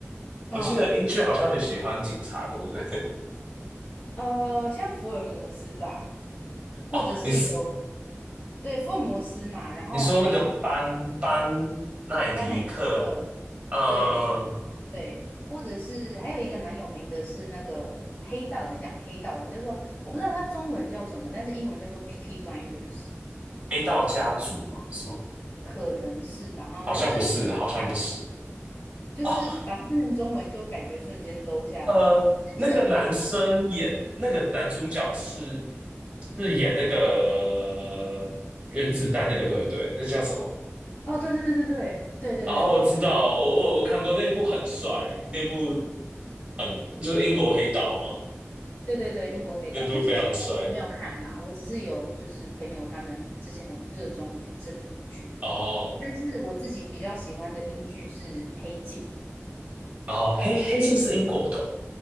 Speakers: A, on the left; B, on the right.
A: 嗯，
B: 我记得英剧好像很喜欢警察，对不对？
A: 呃，像福尔摩斯吧，
B: <laughs>
A: 或者是有，
B: 哦，你是
A: 对，福尔摩斯嘛，然后还有
B: 你说那个班班奈迪克，
A: 班乃迪克，
B: 呃
A: 对对，或者是还有一个蛮有名的是那个黑道，在讲黑道的，叫做我不知道它中文叫什么，但是英文叫做《Peaky Blinders》，
B: ，A 道家族吗？是吗？
A: 可能是吧，哦，
B: 好像不是，
A: 就是讲，
B: 好像不是。
A: 就是把它翻成中文就感觉瞬间
B: 哦，
A: low 下来。
B: 呃，那个男生演那个男主角是
A: 但是
B: 是演那个原子弹那个，对不对？那叫什么？
A: 哦，对对对对对对对对，
B: 哦，
A: 同一个人，
B: 我知道，我我我看过那部很帅，那部很就是英国黑道啊，
A: 对对对，英国黑道。
B: 那部非常帅。
A: 但是其实我没有看啦，我只是有就是朋友他们之前很热衷于这出剧，
B: 哦
A: 但是我自己比较喜欢的英剧是《黑镜》，
B: 哦，黑黑镜是英国的哦